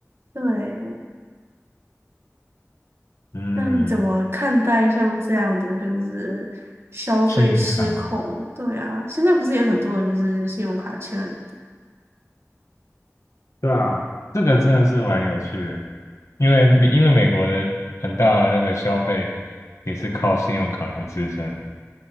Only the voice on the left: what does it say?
嗯，
幸运卡，
对啊，这个真的是蛮有趣的，因为美因为美国的很大的那个消费也是靠信用卡来支撑，